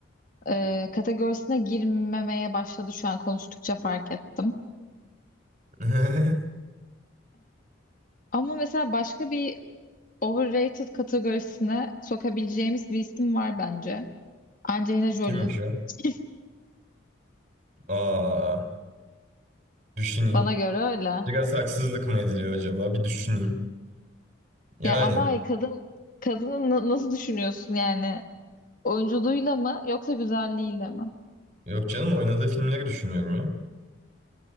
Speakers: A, on the left; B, on the right.
A: e, kategorisine girmemeye başladı şu an konuştukça fark ettim.
B: <laughs>
A: Ama mesela başka bir overrated kategorisine sokabileceğimiz bir isim var bence. Angelina Jolie.
B: Kimmiş o?
A: <laughs>
B: Aa, düşüneyim.
A: Bana göre öyle.
B: Biraz haksızlık mı ediliyor acaba? Bir düşüneyim. Yani
A: Ya ama kadın kadını na- nasıl düşünüyorsun yani? Oyunculuğuyla mı yoksa güzelliğiyle mi?
B: yok canım oynadığı filmleri düşünüyorum ya.